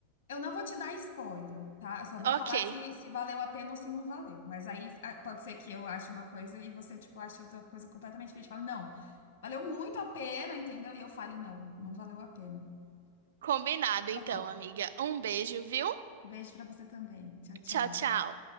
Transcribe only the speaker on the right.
Ok,
combinado
então,
amiga. Um beijo, viu?
Tchau, tchau.